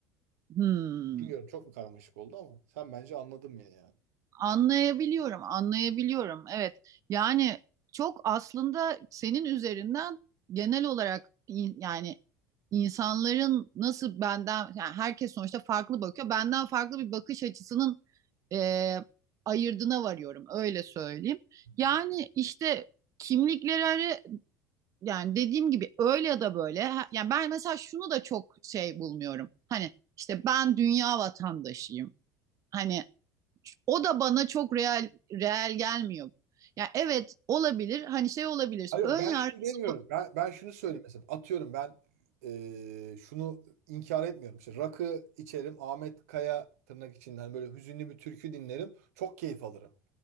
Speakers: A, on the right (about 40°); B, on the right (about 65°).
A: Hmm.
B: Bilmiyorum çok mu karmaşık oldu ama sen bence anladın beni yani.
A: Anlayabiliyorum, anlayabiliyorum. Evet. Yani çok aslında senin üzerinden genel olarak in- yani insanların nasıl benden yani herkes sonuçta farklı bakıyor. Benden farklı bir bakış açısının e, ayırdına varıyorum öyle söyleyeyim.
B: Hı hı.
A: Yani işte kimlikleri arı- yani dediğim gibi öyle ya da böyle. Ha- Yani ben mesela şunu da çok şey bulmuyorum. Hani işte ben dünya vatandaşıyım. Hani o da bana çok real real gelmiyor. Ya evet olabilir. Hani şey olabilir.
B: Hayır
A: Ön
B: yok, ben
A: yargısı
B: şunu demiyorum. Ben, ben şunu söyleyeyim mesela. Atıyorum ben eee, şunu inkar etmiyorum. İşte rakı içerim. Ahmet Kaya tırnak içinden böyle hüzünlü bir türkü dinlerim. Çok keyif alırım.